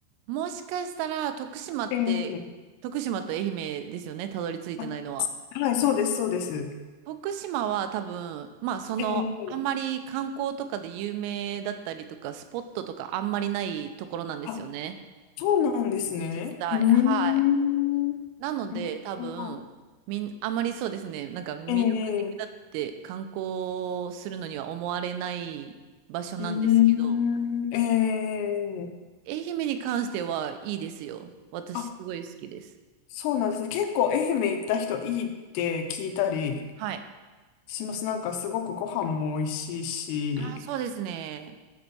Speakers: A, on the right; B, on the left.
A: もしかしたら徳島って、
B: ええ
A: 徳島と愛媛ですよね、たどり着いてないのは。
B: あ、はい、そうです、そうです。
A: 徳島は多分、まあその、
B: ええ
A: あんまり観光とかで有名だったりとか、スポットとかあんまりないところなんですよね。
B: あ、そうなんですね。
A: 実際。
B: うーん。
A: はい。なので多分、
B: なるほど
A: みん、あんまりそうですね、なんか魅力的だって観光するのには思われない場所なんですけど、
B: ええうーん。ええ
A: 愛媛に関してはいいですよ。私すごい好きです。
B: あ、そうなんですね。結構愛媛行った人いいって聞いたり
A: はい。
B: します。なんかすごくご飯も美味しいし。
A: ああ、そうですね。